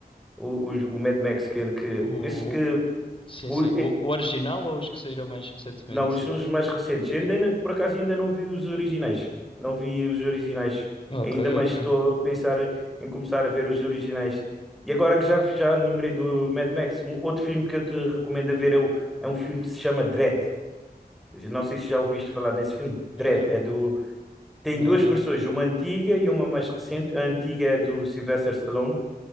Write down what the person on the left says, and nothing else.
O...
Sim,
sim. O, o original ou os que saíram mais recentemente?
Ok,
ok.
Eh,
não,
não.